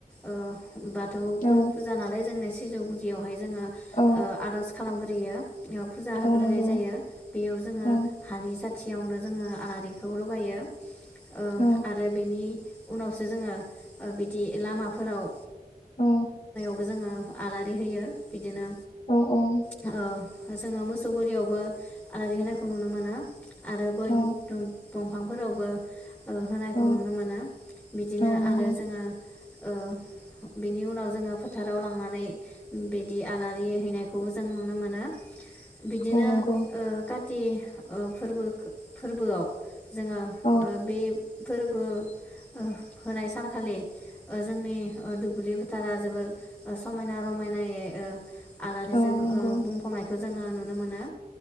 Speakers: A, on the left; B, on the left.
A: ओ बा थौफोर
B: औ
A: फुजा नालाय जोंनिया सिजौ गुदियावहाय जोंङो ओ
B: औ
A: आरज खालामग्रोयो फुजा
B: औ
A: होग्रोनाय
B: नंगौ
A: जायो बेयाव जोङो
B: औ
A: हानि सा थियावनो जोङो आलारिखौ लगायो ओ
B: औ
A: आरो बेनि उनावसो जोङो ओ बिदि लामाफोराव
B: औ।
A: बो जोङो आलारि होयो बिदिनो
B: औ औ।
A: ओ जोङो मोसौ गुलियावबो आलारि होनायखौ नुनो मोनो आरो गय
B: औ
A: दंफांफोरावबो ओ होनायखौ
B: औ
A: नुनो मोनो बिदिनो
B: औ नंगौ
A: आरो जोङो
B: औ
A: ओ बिनि उनाव जोङो फोथाराव लांनानै बिदि आलारि हैनायखौ जों नुनो मोनो बिदिनो
B: औ नंगौ
A: ओ का ति ओ फोरबो फोरबोआव जोङो
B: औ
A: ओ बे फोरबो ओ होनाय सानखालि ओ जोंनि ओ दुब्लि फोथारा जोबोर ओ समायना रमायनायै ओ आलारिजों
B: औ नंगौ
A: ओ बुंफबनायखो जोङो नुनो मोनो।